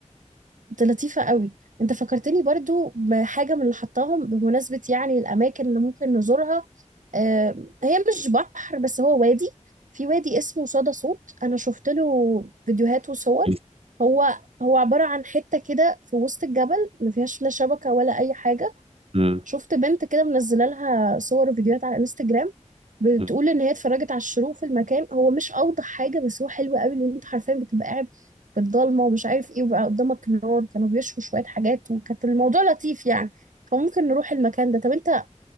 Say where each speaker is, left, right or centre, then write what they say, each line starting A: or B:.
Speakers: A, on the right; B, on the right.
A: دي لطيفة قوي انت فكرتني برضو بحاجة من اللي حطاهم بمناسبة يعني الأماكن اللي ممكن نزورها آه، هي مش بحر بس هو وادي في وادي اسمه صدى صوت أنا شفت له فيديوهات وصور
B: م.
A: هو هو عبارة عن حتة كده في وسط الجبل ما فيهاش لا شبكة ولا أي حاجة
B: م.
A: شفت بنت كده منزله لها صور وفيديوهات على انستجرام بتقول
B: م.
A: ان هي اتفرجت على الشروق في المكان هو مش اوضح حاجه بس هو حلو قوي لان انت حرفيا بتبقى قاعد في الضلمه ومش عارف ايه وبقى قدامك نار كانوا بيشوا شويه حاجات وكانت الموضوع لطيف يعني فممكن نروح المكان ده طب انت